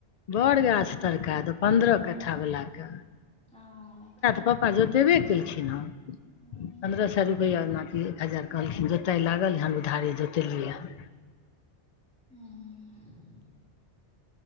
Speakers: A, in the centre; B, on the left.
A: छोटको
B: बड़ गाछ तड़का द पन्द्रह कट्ठा बला कऽ
A: हाँ
B: पापा जोतेबे केलखिन हँ
A: हूँ
B: पन्द्रह सए रुपआ एक हजार कहलखिन जोताइ लागल हम उधारी जोतेलियै हँ
A: ह